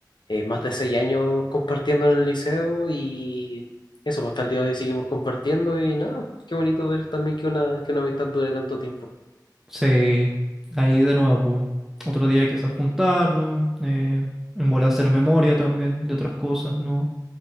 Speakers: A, on the left; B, in the centre.
A: eh, más de seis años compartiendo en el liceo y eso, pues, hasta el día de hoy seguimos compartiendo y nada, pues, qué bonito ver también que una, que una amistad dure tanto tiempo.
B: sí. Ahí de nuevo, pues. Otro día quizás juntarnos, eh, en bola hacer memoria también de otras cosas, ¿no?